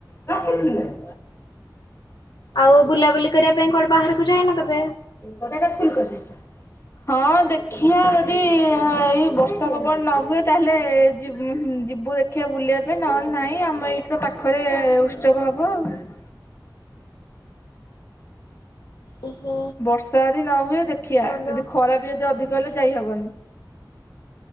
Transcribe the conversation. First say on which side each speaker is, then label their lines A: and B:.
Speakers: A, on the left; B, on the left.
A: <unintelligible>
B: ଆଉ ବୁଲାବୁଲି କରିବା ପାଇଁ କୁଆଡେ ବାହାରକୁ ଯାଏନ କେବେ?
A: ବଧେ ଏଇଟା ଫୁଲ କରିଦଛ? ହଁ ଦେଖିଆ ଯଦି <unintelligible> ଏଇ ବର୍ଷା ପବନ ନ ହୁଏ ତାହେଲେ <unintelligible> ଯିବୁ ଦେଖିବା ବୁଲିବା ପାଇଁ ନହେଲେ ନହିଁ ଆମ ଏଇଠି ତ ପାଖରେ ଉତ୍ସବ ହବ ଆଉ।
B: ଓହୋ
A: ବର୍ଷା ଯଦି ନ ହୁଏ ଦେଖିଆ
B: ଭଲ।
A: ଯଦି ଖରା ବି ଯଦି ଅଧିକ ହେଲେ ଯାଇହବନି।